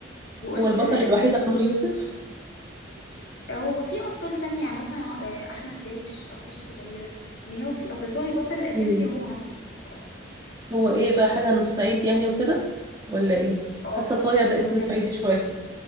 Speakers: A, on the left; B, on the right.
A: وقلت
B: هو البطل
A: اديله
B: الوحيد عمرو يوسف
A: هو في ابطال تانية يعني مثلا آه، احمد داش اخوه الصغير يعني هو في بس هو البطل الاساسي
B: مم.
A: هو عمرو يوسف اه
B: هو ايه بقى حاجة عن الصعيد يعني وكده ولا ايه
A: اه
B: حاسة
A: بالظبط
B: طايع ده اسم
A: هو كان
B: صعيدي شوية